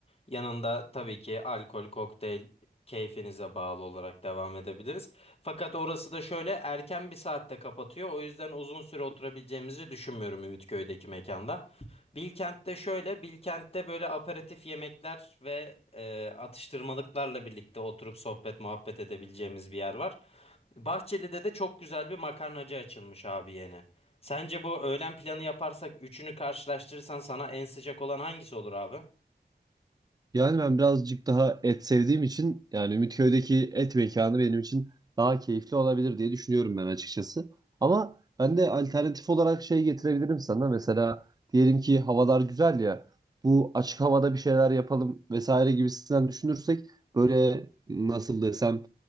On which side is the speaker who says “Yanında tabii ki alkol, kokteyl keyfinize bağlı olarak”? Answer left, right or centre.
Left